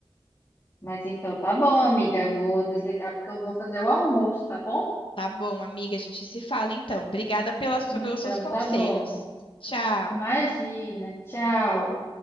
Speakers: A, on the left; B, on the left.
A: Mas então tá bom, amiga, eu vou desligar porque eu vou fazer o almoço, tá bom?
B: Tá bom, amiga, a gente se fala então. Obrigada pelas, pelos
A: Então
B: seus conselhos.
A: tá bom.
B: Tchau.
A: Imagina, tchau.